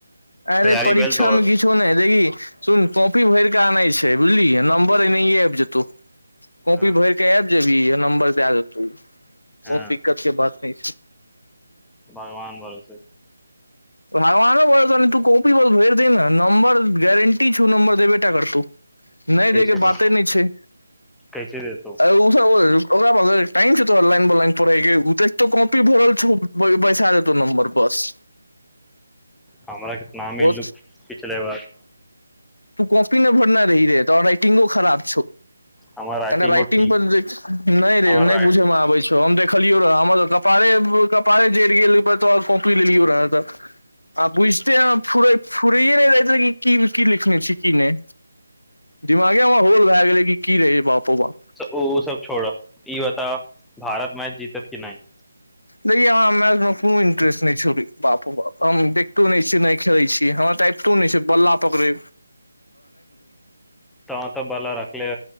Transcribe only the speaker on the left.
अरे
परीक्षा
में किछो नहि देखी सुन कॉपी भर नहि छै बुझलि नम्बर अ अऐब जेतौ कॉपी
भरके भी नंबर द आ देतौ
बहुत दिक्कत के बात छै
भर ने बस तू कोॉपी बस भेर द ने नंबर गेरंटी छू नं्बर देब बेैटा कर तू नहि दय
के बाते
नहि छै
ओ सब ओकरार टाम तऽ लन बललान पे त तो कॉपी भरल छ पै साढ़े त नंबर बस
ओ
तू कॉपी नहि भरना रही रहै तऽ राइटिंगो खराब
रइटिंग
पर न रे
न
बुझ छै लियो रह हमर त कपारे कपारे जरि गेल तो कॉपी लेलियो रह तऽ आ बुझ त फ फुरैए नहि जाइत कि ही की नहि दिमागेमे होल भए गेलै कि की रहै बापो बाप
देखै हमरा मैचमे कोनो इंट्रेस्ट नहि छौड़े बाप बाप हम देखितो नहि छियै नहि खेलै छियै हमरा तऽ आबितो नहि छै बल्ला पकड़े